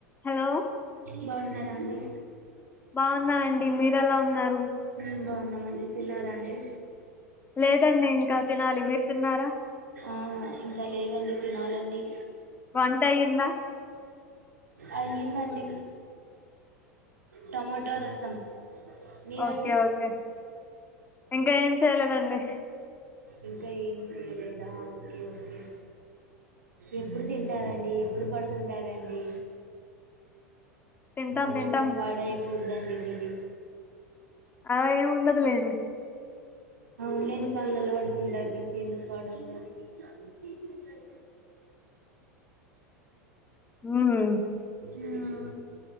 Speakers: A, on the left; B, on the right.
A: Hello
B: బాగున్నారా అండి
A: బాగున్నా అండి. మీరెలా ఉన్నారు?
B: మ్ బాగున్నాం మండి తిన్నారా అండి
A: లేదండి ఇంకా తినాలి మీరు తిన్నారా?
B: ఆ ఇంకా లేదండి తినాలండి
A: వంటయిందా
B: అయ్యిందండి టమాటా రసం మీరండి
A: ఓకే ఓకే ఇంకా ఏం చేయలేదండి.
B: ఇంకా ఏం చెయలేదా ఓకే ఓకే ఎప్పుడు తింటారండి ఎప్పుడు పడుకుంటారండి
A: తింటాం
B: ఆరోగ్యం
A: తింటాం.
B: పాడై వద్దండి మీదీ
A: అలా ఏమి ఉండదులేండి
B: అవును లేండి పగలలా పడుకుంటారుగా ఎందుకు పాడవుతది ఇంట్ల పీచుమిటాయి
A: హ్మ్.
B: ఆ